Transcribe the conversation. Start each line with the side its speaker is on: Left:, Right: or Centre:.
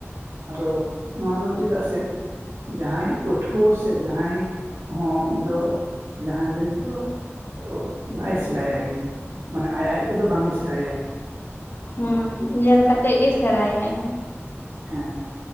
Right: ᱟᱫᱚ ᱱᱚᱣᱟ ᱫᱚ ᱪᱮᱫᱟᱜ ᱥᱮ ᱡᱟᱦᱟᱸᱭ ᱯᱟᱹᱴᱷᱩᱣᱟᱹ ᱥᱮ ᱡᱟᱦᱟᱸᱭ ᱦᱚᱸ ᱫᱚ ᱡᱟᱦᱟᱸᱭ ᱵᱤᱱ ᱫᱚ ᱚᱜ ᱵᱟᱭ ᱥᱮᱨᱟᱭᱟᱭ ᱢᱟᱱᱮ ᱟᱡ ᱟᱡ ᱛᱮᱫᱚ ᱵᱟᱝᱜᱮ ᱥᱮᱨᱟᱭᱟᱭ᱾ <inaudible>
Left: ᱦᱩᱸ ᱧᱮᱞ ᱠᱟᱛᱮᱜ ᱜᱮ ᱥᱮᱬᱟᱭᱟᱭ᱾
Right: ᱦᱮᱸ